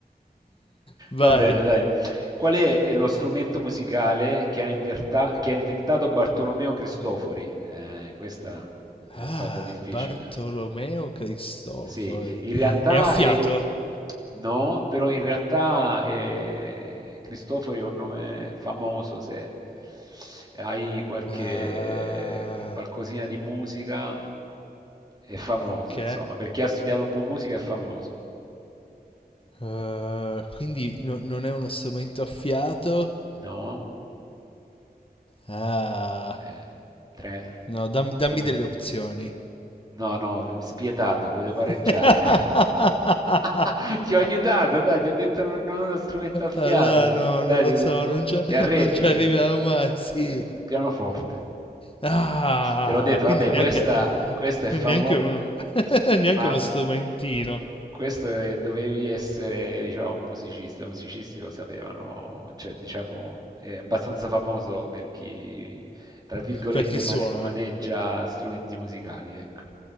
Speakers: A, on the left; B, on the right.
A: <laughs> Vai.
B: Va bene, dai. Qual è eh, lo strumento musicale che ha, inverta- che ha inventato Bartolomeo Cristofori? Eh, questa te l'ho
A: Ah,
B: fatta difficile.
A: Bartolomeo Cristofori.
B: Sì, in realtà
A: È a fiato?
B: è... No, però in realtà è- Cristofori è un nome famoso, se hai qualche
A: Ah,
B: qualcosina di musica è famoso,
A: ok.
B: insomma, perché ha studiato un po' musica è famoso.
A: Ah, quindi no- non è uno strumento a fiato?
B: No.
A: Ah.
B: Eh, 3,
A: No, dammi,
B: 2.
A: dammi delle opzioni.
B: No, no, spietato, voglio pareggiare.
A: <laughs>
B: <laughs> Ti ho aiutato, dai, ti ho detto non, non uno strumento a fiato.
A: Allora, no,
B: Dai,
A: non lo so,
B: ti,
A: non c'è-
B: ti arrendi?
A: non ci arriverò mai, sì.
B: Ti- pianoforte.
A: Ah,
B: Te l'ho detto,
A: quindi
B: vabbè,
A: neanche,
B: questa, questa è
A: neanche
B: famosa,
A: uno, <laughs> neanche
B: ma
A: uno strumentino
B: eh, questo è- dovevi essere, diciamo, un musicista. I musicisti lo sapevano, cioè, diciamo, è abbastanza famoso per chi tra virgolette,
A: per chi
B: mane-
A: suona.
B: maneggia strumenti musicali, ecco.